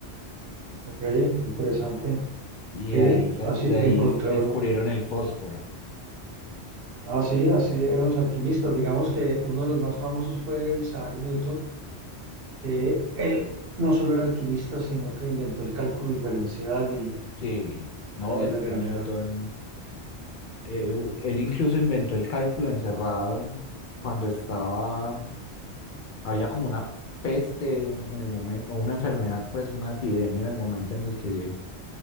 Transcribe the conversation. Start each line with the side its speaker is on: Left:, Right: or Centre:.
Right: ok, interesante.
Left: Y
Right: Sí,
Left: de ahí, sa-
Right: así
Left: de ahí
Right: encontraron.
Left: s- descubrieron el fósforo.
Right: Ah, sí, así eran los alquimistas. Digamos que uno de los más famosos fue Isaac Newton, que él no solo era alquimista, sino que inventó el cálculo diferencial y
Left: Sí, no,
Right: la ley
Left: es
Right: de la
Left: que
Right: gravedad.
Left: Newton, eh, u- él incluso inventó el cálculo encerrado cuando estaba, había como una peste en el momento, o una enfermedad, pues una epidemia en el momento en el que